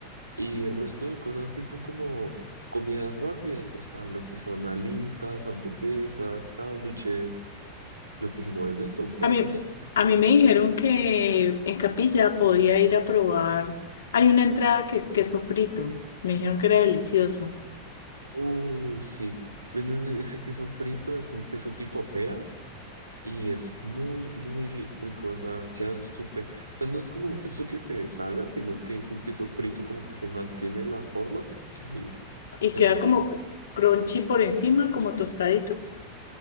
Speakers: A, on the right (about 80°); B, on the left (about 65°).
A: Y el resto de cosas sí son como comidas rápidas, o sea, lo que son alitas, hamburguesas, sándwiches, Lo que si no venden son perros.
B: A mí, a mí me dijeron que en Capilla podía ir a probar. Hay una entrada que es queso frito. Me dijeron que era delicioso.
A: Uh, sí. Venden ese queso frito, es un queso tipo pera y es muy, muy rico. O sea, queda súper. O sea, no es como un queso que se deshaga, sino que es un queso frito como que se mantiene la forma y
B: Y
A: es
B: queda
A: muy
B: como
A: rico.
B: crunchy por encima, como tostadito.